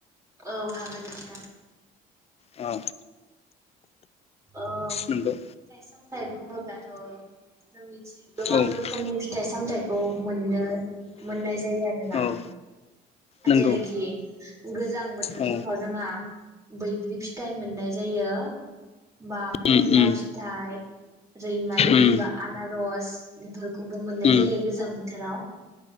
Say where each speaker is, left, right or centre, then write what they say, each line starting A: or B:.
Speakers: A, on the right; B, on the left.
A: औ हागोन नोंथां
B: औ
A: औ
B: नंगौ
A: फिथाइ सामथाइ बुङोब्लाथ' जोंनि गोबां
B: औ
A: रोखोमनि फिथाइ सामथाइखौ मोननो मोननाय जायो आरोना
B: औ नंगौ
A: जेरैखि गोजां बोथोर
B: औ
A: समाव जोंहा बैग्रि फिथ फिथाइ मोननाय जायो बा खमला
B: उम उम
A: फिथाइ रैमालि
B: उम
A: बा आनारस <unintelligible> फोरखौबो मोननाय
B: उम
A: जायो गोजां बोथ हेलौ